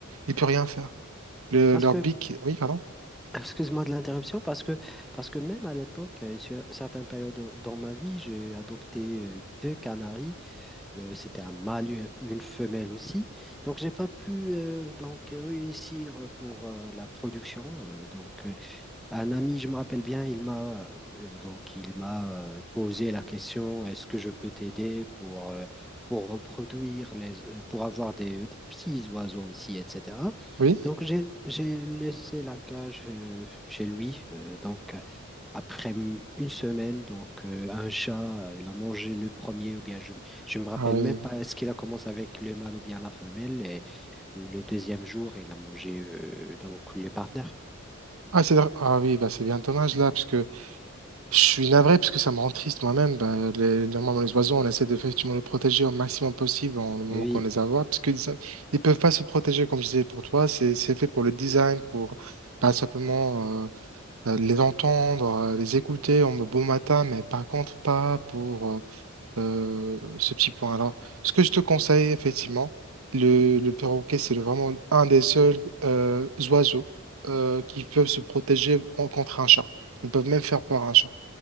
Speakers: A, on the right; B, in the centre.
A: Il peut rien faire. Le-
B: parce
A: leur
B: que,
A: bic, oui, pardon.
B: <clears throat> excuse-moi de l'interruption, parce que, parce que même à l'époque, à une cer- certaine période dans dans ma vie, j'ai adopté euh, deux canaris. Euh, c'était un mâle, et une femelle aussi. Donc, j'ai pas pu euh, donc réussir pour euh, la production. Euh, donc, euh, Un ami, je me rappelle bien, il m'a euh, donc il m'a euh, posé la question, est-ce que je peux t'aider pour euh, pour reproduire les euh, pour avoir des, des petits oiseaux aussi, etc.
A: Oui.
B: Donc j'ai j'ai laissé la cage euh, chez lui. euh, donc euh, après m- une semaine, donc euh, un chat, euh, il a mangé le premier ou bien je je me rappelle
A: Ah oui.
B: même pas est-ce qu'il a commencé avec le mâle ou bien la femelle et le deuxième jour il a mangé euh, donc le partenaire.
A: Ah, c'est, ah oui, bah, c'est bien dommage là, parce que Je suis navré parce que ça me rend triste moi-même. Bah, les, les- normalement, les oiseaux, on essaie de effectivement les protéger au maximum possible en le moment
B: Oui.
A: qu'on les voit, parce qu'ils ne peuvent pas se protéger, comme je disais pour toi. C'est c'est fait pour le design, pour pas simplement euh, euh, les entendre, euh, les écouter en beau matin, mais par contre, pas pour euh, euh, ce petit point-là. Ce que je te conseille, effectivement, le, le perroquet, c'est le- vraiment un des seuls euh, oiseaux euh, qui peuvent se protéger en- contre un chat. Ils peuvent même faire peur à un chat.